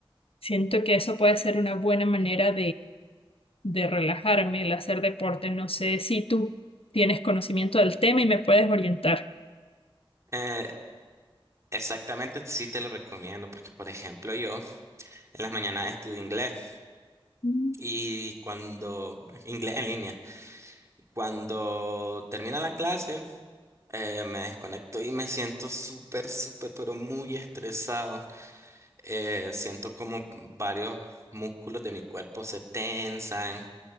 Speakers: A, on the left (about 80°); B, on the right (about 30°).
A: siento que eso puede ser una buena manera de relajarme, el hacer deporte. No sé si tú tienes conocimiento del tema y me puedes orientar.
B: Eh, exactamente, sí te lo recomiendo porque, por ejemplo, yo en las mañanas estudio inglés
A: Mm,
B: y cuando, inglés en línea, cuando termina la clase, eh, me desconecto y me siento súper, súper, pero muy estresado. Eh, siento como varios músculos de mi cuerpo se tensan